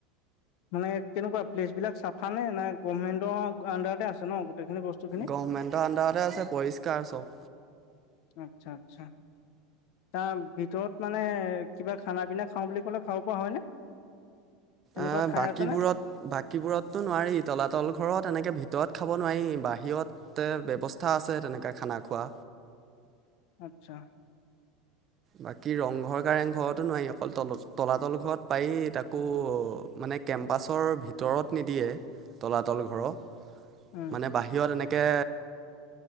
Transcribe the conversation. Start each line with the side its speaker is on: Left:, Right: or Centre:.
Left: মানে তেনেকুৱা প্লেচ বিলাক চাফা নে নাই গভমেন্টৰ আণ্ডাৰতে আছে ন। গোটেইখিনি বস্তু খিনি
Right: গভমেণ্টৰ আণ্ডাৰতে আছে পৰিষ্কাৰ চব।
Left: আচ্ছা আচ্ছা। তাৰ ভিতৰত মানে কিবা খানা পিনা খাওঁ বুলি ক'লে খাব পৰা হয়নে? তেনেকুৱা
Right: অ'
Left: ঠাই
Right: বাকীবোৰত
Left: আছে নে?
Right: বাকীবোৰততো নোৱাৰি তলাতল ঘৰত তেনেকে ভিত ত খাব নোৱাৰি বাহিৰতে ব্যৱস্থা আছে তেনেকৈ খানা খোৱা।
Left: আচ্ছা।
Right: বাকী ৰংঘৰ কাৰেং ঘৰত। নোৱাৰি অকল তলত তলাতল ঘৰত পাৰি তাকো মানে কেম্পাছৰ ভিতৰত নিদিয়ে। তলাতল ঘৰৰ
Left: উম
Right: মানে বাহিৰত এনে কে,